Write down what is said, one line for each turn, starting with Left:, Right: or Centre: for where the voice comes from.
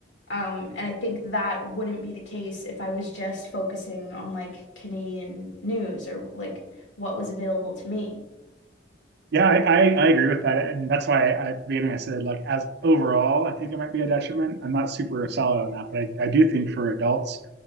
Left: Um, and I think that wouldn't be the case if I was just focusing on like Canadian news or like what was available to me.
Right: Yeah, I, I, I agree with that, and that's why I, at the beginning I said like as overall, I think it might be a detriment. I'm not super solid on that, but I, I do think for adults,